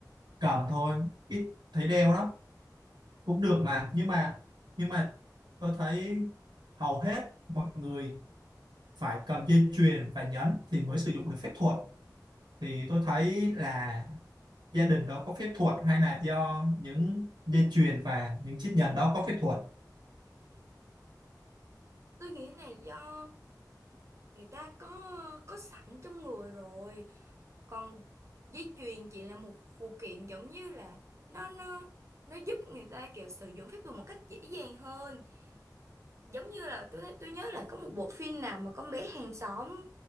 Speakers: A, on the right (about 85°); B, on the right (about 40°).
A: cầm thôi ít thấy đeo lắm cũng được mà nhưng mà nhưng mà tôi thấy hầu hết mọi người phải cầm dây chuyền và nhẫn thì mới sử dụng được phép thuật thì tôi thấy là gia đình đó có phép thuật hay là do những dây chuyền và những chiếc nhẫn đó có phép thuật
B: tôi nghĩ là do người ta có có sẵn trong người rồi còn dây chuyền chỉ là một phụ kiện giống như là nó nó nó giúp người ta kiểu sử dụng phép thuật một cách dễ dàng hơn giống như là tôi tôi nhớ là có một bộ phim nào mà con bé hàng xóm